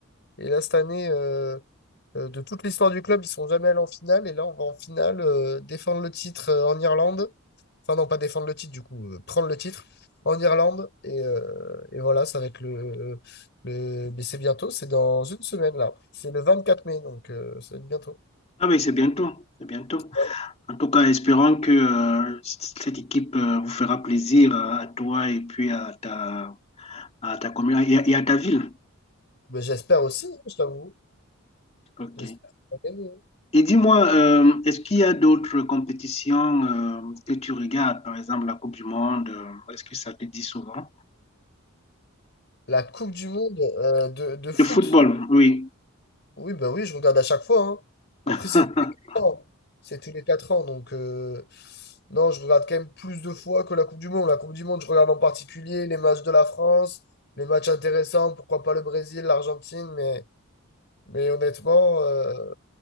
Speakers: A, on the left; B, on the left.
A: Et là, cette année, euh, Euh, de toute l'histoire du club, ils sont jamais allés en finale. Et là, on va en finale euh, défendre le titre euh, en Irlande. Enfin, non, pas défendre le titre, du coup, euh, prendre le titre en Irlande. Et, euh, et voilà, ça va être le, le... Mais c'est bientôt, c'est dans une semaine, là. C'est le 24 mai, donc euh, ça va être bientôt.
B: Ah, mais c'est bientôt, c'est bientôt.
A: Ouais.
B: En tout cas, espérons que euh, cette équipe euh, vous fera plaisir euh, à toi et puis à ta, à ta commune et à et à ta ville.
A: Mais j'espère aussi, je t'avoue.
B: Ok.
A: J'espère qu'on va gagner.
B: Et dis-moi, euh, est-ce qu'il y a d'autres compétitions euh, que tu regardes, par exemple la Coupe du Monde, euh, est-ce que ça te dit souvent?
A: La Coupe du Monde euh, de, de foot.
B: De football, oui.
A: Oui, ben oui, je regarde à chaque fois. hein. Après,
B: <laughs>
A: c'est tous les 4 ans. C'est tous les 4 ans. Donc, euh, non, je regarde quand même plus de fois que la Coupe du Monde. La Coupe du Monde, je regarde en particulier les matchs de la France, les matchs intéressants, pourquoi pas le Brésil, l'Argentine. Mais, mais honnêtement, euh,